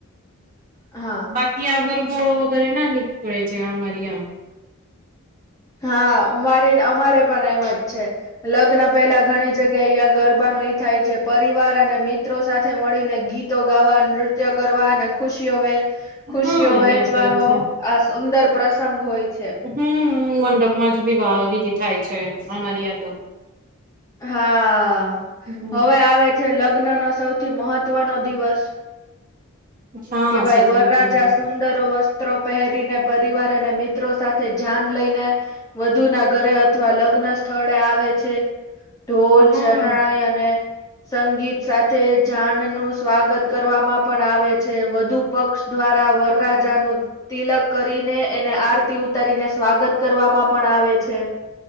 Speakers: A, on the left; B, on the right.
A: હા
B: બાકી આગરગોળો વગેરે ના નીકળે છે અમારી આ
A: હા અમારી અમારે પણ એમ જ છે લગ્ન પહેલા ઘણી જગ્યા ગરબાક નું ઈ થાય છે પરિવાર અને મિત્રો સાથે મળીને ગીતો ગાવા નૃત્ય કરવા અને ખુશીઓ ખુશીઓ
B: હા અહિયાં
A: વહેચવાનો
B: કરે છે
A: આ સુંદર પ્રસંગ હોય છે.
B: હમ્મ મંડપ માં જ ભી વા વિધિ થાય છે અમારી આ તો
A: હા
B: હમ
A: હવે આવે છે લગ્ન નો સૌથી મહત્વનો દિવસ
B: હા
A: કે ભાઈ
B: સૌથી
A: વરરાજા
B: મહત્વનું
A: સુંદરો વસ્ત સ્ત્રો પહેરીને પરિવાર અને મિત્રો સાથે જાન લઈને વધુ ના ઘરે અથવા લગ્ન સ્થળે આવે છે ઢોલ
B: હા હા
A: શરણાયન અને સંગીત સાથે જાન નું સ્વાગત કરવામાં પણ આવે છે. છે વધુ પક્ષ દ્વારા વરરાજા નુ તિલક કરીને એને આરતી ઉતારીને સ્વાગત કરવામાં પણ આવે છે.